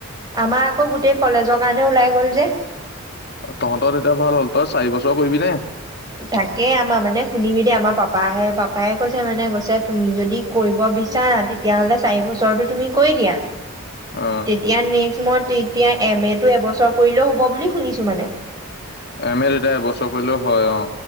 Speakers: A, on the right; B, on the left.
A: আমাৰ আকৌ গোটেই কলেজৰ কাৰণে ওলাই গ'ল যে
B: তহঁতৰ তেতিয়া ভাল হল তই চাৰি বছৰ কৰিবি নে
A: তাকে আমাৰ মানে শুনিবি দে আমাৰ পাপাহে পাপায় কৈছে মানে কৈছে তুমি যদি কৰিব বিচাৰা তেতিয়াহলে চাৰি বছৰৰতো তুমি কৰি দিয়া।
B: অ
A: তেতিয়া নেক্স মই তেতিয়া এম এটো এবছৰ কৰিলেও হ'ব বুলি শুনিছো মানে
B: আমে এতিয়া এবছৰ কৰিলেও হয় অ।